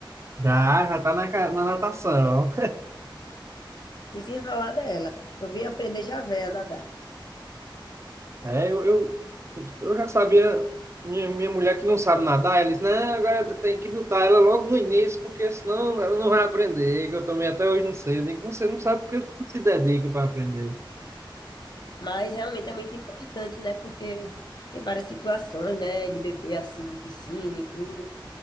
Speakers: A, on the right; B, on the left.
A: já, já tá na, ca- na natação,
B: desenrolada ela. Eu vim aprender já véia a nadar.
A: É, eu, eu, eu já sabia, minha, minha mulher que não sabe nadar, ela disse, não, agora tem que botar ela logo no início, porque senão ela não vai aprender, que eu também até hoje não sei. Eu digo, você não sabe porque você não se dedica para aprender.
B: Mas realmente é muito importante, né? Porque tem várias situações, né? De bebê assim, em piscina e tudo.